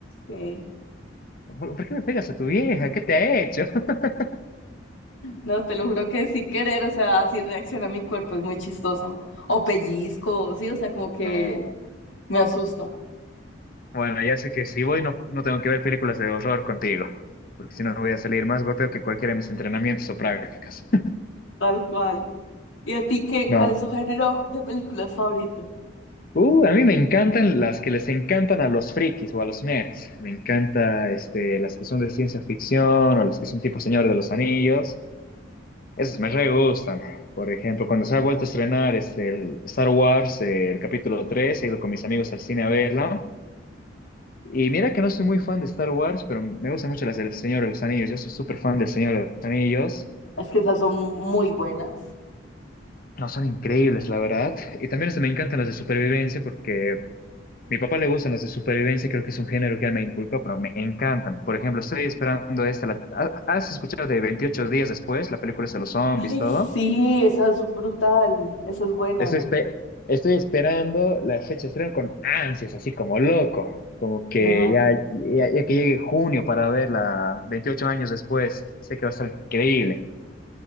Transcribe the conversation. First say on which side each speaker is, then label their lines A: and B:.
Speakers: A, on the left; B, on the left.
A: Sí.
B: ¿Por, por qué me pegas a tu vieja? ¿Qué te ha hecho? <laughs>
A: No, te lo juro que sin querer, o sea, así reacciona mi cuerpo, es muy chistoso. O pellizco, sí, o sea, como que
B: No.
A: me asusto.
B: Bueno, ya sé que si voy no, no tengo que ver películas de horror contigo, porque si no voy
A: Sí,
B: a salir más golpeado que cualquiera de mis entrenamientos o prácticas.
A: tal cual. ¿Y a ti
B: <laughs>
A: qué?
B: No.
A: ¿Cuál es tu género de películas favorito?
B: Uh, a mí me encantan las que les encantan a los frikis o a los nerds. Me encanta este, las que son de ciencia ficción o las que son tipo Señor de los Anillos. Esas me re gustan. Por ejemplo, cuando se ha vuelto a estrenar este, el Star Wars, eh, el capítulo 3, he ido con mis amigos al cine a verla. Y mira que no soy muy fan de Star Wars, pero me gustan mucho las del Señor de los Anillos. Yo soy súper fan del Señor de los Anillos.
A: Es que esas son muy buenas.
B: No, son increíbles, la verdad. Y también este, me encantan las de supervivencia porque Mi papá le gustan los de supervivencia, creo que es un género que él me inculcó, pero me encantan. Por ejemplo, estoy esperando esta. la- ¿ha- ¿Has escuchado de veintiocho días después? La película es de los zombies,
A: Ay,
B: todo.
A: sí, esa es brutal, esa es buena.
B: Estoy, espe- estoy esperando la fecha de estreno con ansias, así como loco. Como que
A: Claro,
B: ya, ya, ya que llegue junio para verla veintiocho años después, sé que va a estar increíble.